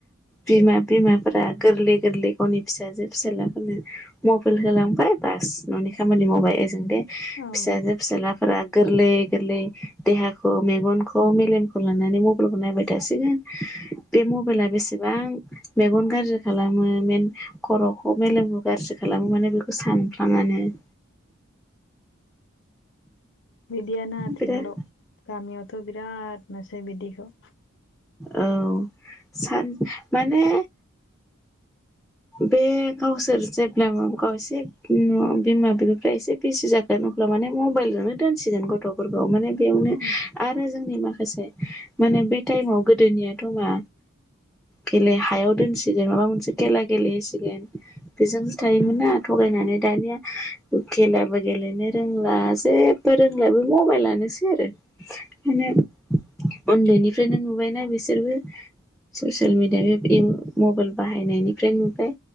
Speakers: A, in the centre; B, on the left (about 60°).
A: बिमा बिमाफोरा गोरलै गोरलै गावनि फिसाजो फिसालाफोरनो मबाइल होलांबाय बास न'नि खामानि मावबाय ओजों दे
B: औ
A: फिसाजो फिसाला फोरा गोरलै गोरलै देहाखौ मेगनखौ मेलेमखौ लानानै मबाइलखौ नायबाय थासिगोन बे मबाइला बेसेबां मेगन गाज्रि खालामो मेन खर'खौ मेलेमखौ गारजि खालामो माने बेखौ सानफ्लाङानो <inaudible>
B: बिदियानो आथिखालाव
A: बिराद
B: गामियावथ' बिराद नुसै बिदिखौ
A: औ सान माने बे गावसोर जेब्ला गाव एसे बिमा बिफाफ्रा एसे <unintelligible> जाखो <unintelligible> अब्ला माने मबाइलजोंनो दोनसिगोन गथ'फोरखौ माने बेयावनो
B: उम
A: आरो जोंनि माखासे माने बे टाइमाव गोदोनियाथ' मा गेले हायाव दोनसिगोन माबा मोनसे खेला गेलेहोसिगोन बेजोंसो थायोमोनना
B: औ
A: थगायनानै दानिया खेलाबो गेलेनो रोंला जे बो रोंला बे मबाइलानोसै आरो ओंखायनो उन्दैनिफ्रायनो नुबायना बिसोरबो ससियेल मिडिया बे मबाइल बाहायनायनि ओमफ्राय नुबाय